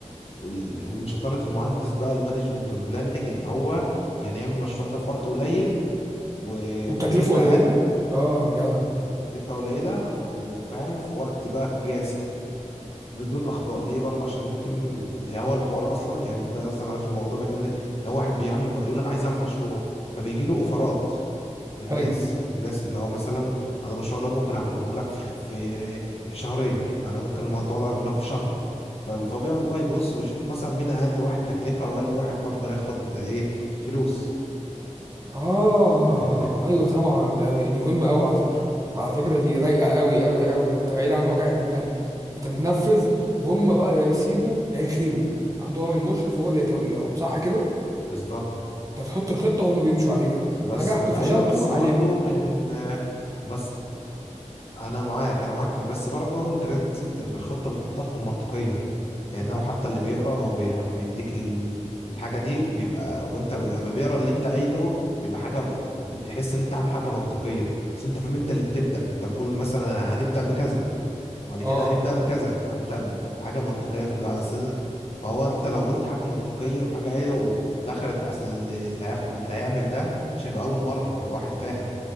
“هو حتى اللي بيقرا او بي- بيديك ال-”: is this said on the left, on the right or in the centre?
Left